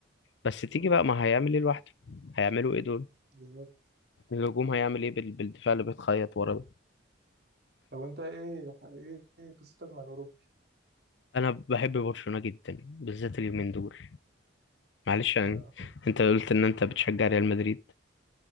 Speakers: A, on the left; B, on the right.
A: بس تيجي
B: آه،
A: بقى ما هيعمل ايه لوحده هيعملوا ايه دول
B: بالظبط
A: الهجوم هيعمل ايه بال- بالدفاع اللي بيتخيط ورا ده
B: طب وانت ايه ايه إيه قصتك مع الاوروبي؟
A: انا بحب برشلونه جدا بالذات اليومين دول معلش يعني
B: اه
A: انت قلت ان انت بتشجع ريال مدريد